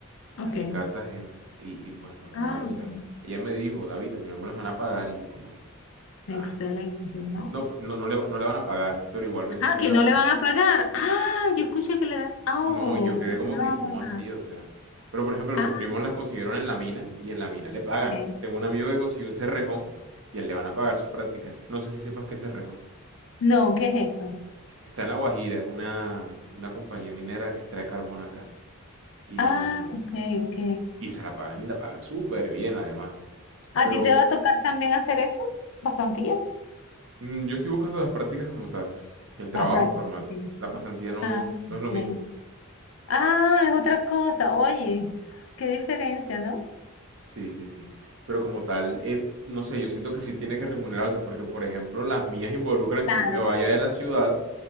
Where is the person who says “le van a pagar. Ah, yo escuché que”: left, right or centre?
Left